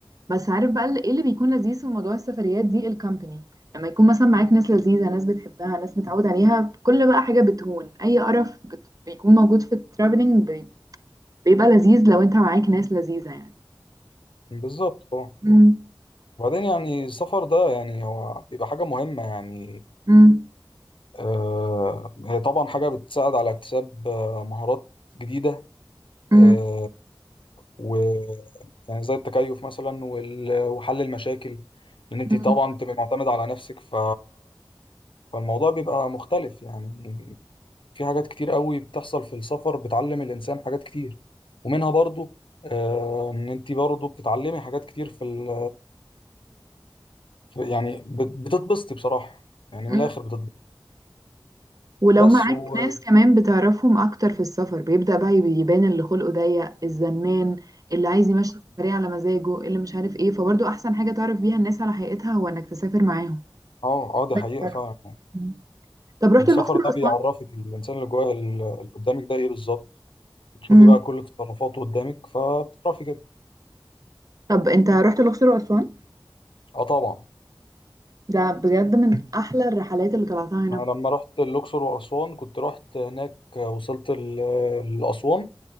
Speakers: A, on the right; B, on the left.
A: بس عارف بقى اللي- ايه اللي بيكون لذيذ في موضوع السفريات دي الكامباني لما يكون مثلا معاك ناس لذيذة ناس بتحبها ناس متعود عليها كل بقى حاجة بتهون أي قرف بت... بيكون موجود في الترافلينج بي... بيبقى لذيذ لو انت معاك ناس لذيذة يعني
B: بالظبط اه
A: مم.
B: وبعدين يعني السفر ده يعني هو بيبقى حاجة مهمة يعني
A: مم.
B: آه هي طبعا حاجة بتساعد على اكتساب آه، مهارات جديدة
A: مم.
B: آه، و يعني زي التكيف مثلا وال... وحل المشاكل لان انت
A: مم.
B: طبعا بتبقى معتمد على نفسك ف... فالموضوع بيبقى مختلف يعني في حاجات كتير قوي بتحصل في السفر بتعلم الانسان حاجات كتير ومنها برضو آه، ان انت برضو بتتعلمي حاجات كتير في, ال... في يعني بت... بتتبسطي بصراحة يعني
A: مم.
B: من الاخر بتتبسطي
A: ولو
B: بس
A: معاك
B: وطبعا
A: ناس كمان بتعرفهم اكتر في السفر بيبدأ بقى يبان اللي خلقه ضيق الزنان اللي عايز يمشي السفرية على مزاجه اللي مش عارف ايه فبرضه احسن حاجة تعرف بيها الناس على حقيقتها هو انك تسافر معاهم
B: اه اه دي
A: بجد.
B: حقيقة فعلا
A: مم. طب رحت
B: السفر
A: الأقصر
B: ده
A: وأسوان
B: بيعرفك الانسان اللي جوه اللي قدامك ده ايه بالظبط بتشوفي
A: مم.
B: بقى كل تصرفاته قدامك فبتعرفي كده
A: طب انت رحت الأقصر وأسوان
B: اه طبعا
A: ده بجد من احلى الرحلات اللي طلعتها هنا
B: انا
A: في مصر
B: لما رحت الاقصر واسوان كنت رحت هناك آه، وصلت ال- لاسوان